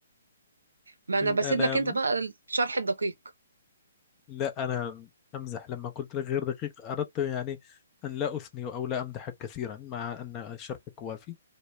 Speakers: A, on the right (about 85°); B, on the left (about 25°).
A: ما أنا بسيب
B: أنا
A: لك أنت بقى الشرح الدقيق
B: لا أنا أمزح لما قلت لك غير دقيق أردت يعني أن لا أثني أو لا أمدحك كثيرا مع أن شرحك وافي